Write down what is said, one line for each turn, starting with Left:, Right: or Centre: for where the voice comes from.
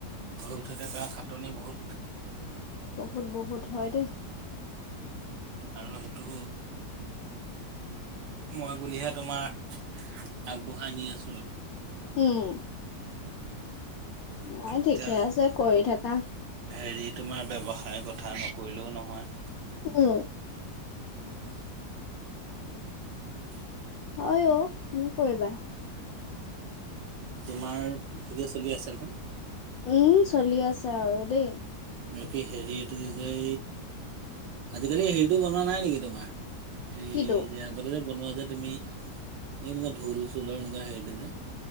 Right: হৈ উঠোতে তাৰ খাটনি বহুত।
Left: বহুত বহুত হয় দেই।
Right: আৰু সেইটো মই বুলিহে তোমাৰ আগবঢ়াই নি আছো
Left: উম নাই
Right: এতিয়া
Left: ঠিকে আছে কৰি থাকা
Right: হেৰি তোমাৰ ব্যৱসায়ৰ কথা নকৰিলেও নহয়
Left: উম
Right: উম হো
Left: হয় অও কৰিবা
Right: তোমাৰ ঠিকে চলি আছে নহয়
Left: উম চলি আছা আৰু দেই
Right: বাকী হেৰিটো কি আজিকালি হেৰিটো বনোৱা নাই নেকি তোমাৰ এই
Left: কিটো
Right: যে আগতে যে বনোৱা যে তুমি এনেকুৱা ঢোল চোলৰ এনেকুৱা হেৰিটো যে